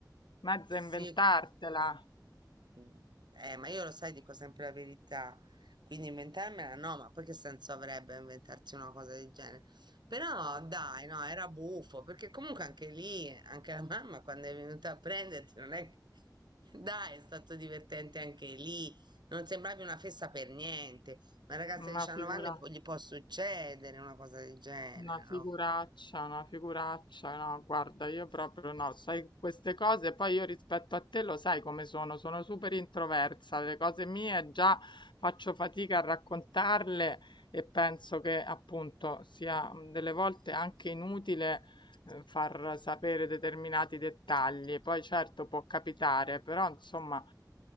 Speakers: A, on the left; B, on the right.
A: mezza inventartela,
B: Sì, Mm, Eh, ma io lo sai, dico sempre la verità, quindi inventarmela no, ma poi che senso avrebbe inventarsi una cosa del genere? Però dai, no, era buffo, perché comunque anche lì, anche la mamma quando è venuta a prenderti, non è che... <laughs> Dai, è stato divertente anche lì, non sembravi una festa per niente, ma ragazza
A: una
B: di 19
A: figura.
B: anni po- gli può succedere una cosa del genere,
A: Una figuraccia,
B: no?
A: una figuraccia, no, guarda, io proprio no, sai queste cose, poi io rispetto a te lo sai come sono, sono super introversa, le cose mie già faccio fatica a raccontarle e penso che appunto sia mm, delle volte anche inutile eh, far sapere determinati dettagli. Poi certo può capitare, però insomma,